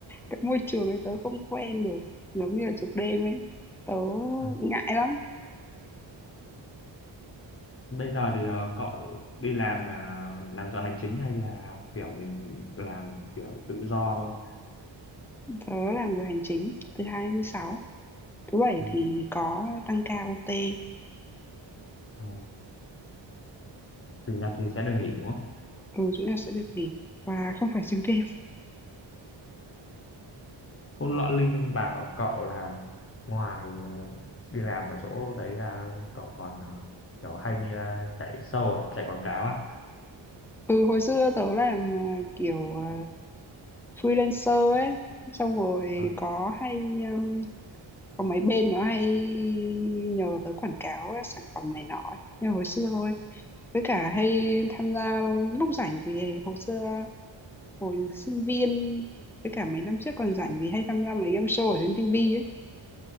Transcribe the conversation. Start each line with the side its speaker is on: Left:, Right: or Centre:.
Centre: cái môi trường ấy tớ không quen được giống như là trực đêm ấy tớ
Left: À.
Centre: ngại lắm
Left: Bây giờ thì ờ, cậu đi làm là làm giờ hành chính hay là kiểu mình làm kiểu tự do thôi?
Centre: Tớ làm giờ hành chính thứ hai đến thứ sáu. Thứ bảy
Left: Ừ.
Centre: thì có tăng ca OT.
Left: Ờ, Chủ nhật thì sẽ được nghỉ đúng không?
Centre: Ừ, chủ nhật sẽ được nghỉ và không phải xuyên đêm.
Left: Hôm nọ Linh bảo cậu là ngoài ờ, đi làm ở chỗ đấy là cậu còn ờ, kiểu hay đi ờ, chạy show à, chạy quảng cáo à?
Centre: Ừ, hồi xưa tớ làm ờ, kiểu ờ, freelancer ấy. Xong rồi
Left: À,
Centre: có hay um, có mấy bên nó hay nhờ tớ quảng cáo ấy, sản phẩm này nọ ấy. Nhưng mà hồi xưa thôi. Với cả hay tham gia lúc rảnh thì hồi xưa hồi sinh viên với cả mấy năm trước còn rảnh thì hay tham gia mấy game show ở trên TV